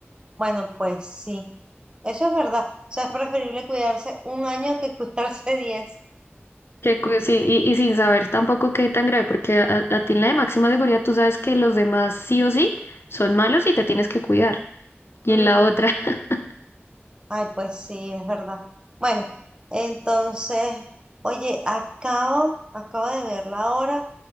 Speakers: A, on the right (about 20°); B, on the left (about 65°).
A: Bueno, pues sí. Eso es verdad. O sea, es preferible cuidarse un año que cuidarse <laughs> diez
B: Que, cu- sí, y, y sin saber tampoco qué tan grave, porque a, a ti en la de máxima seguridad tú sabes que los demás sí o sí son malos y te tienes que cuidar. Y
A: Ujú.
B: en la otra, <laughs>
A: Ay, pues sí, es verdad. Bueno, entonces, oye, acabo, acabo de ver la hora